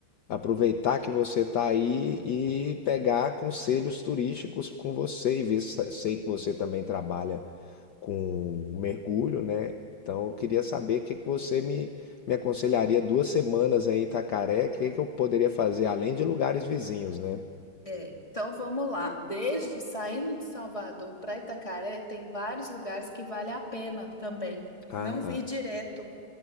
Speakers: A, on the left (about 60°); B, on the left (about 15°).
A: Aproveitar que você está aí e pegar conselhos turísticos com você e ver, se- sei que você também trabalha com mergulho, né? Então, eu queria saber o que que você me, me aconselharia duas semanas aí em Itacaré, o que que eu poderia fazer além de lugares vizinhos, né?
B: É, Então vamos lá. Desde saindo de Salvador para Itacaré, tem vários lugares que vale a pena também.
A: Ah,
B: Não vir direto.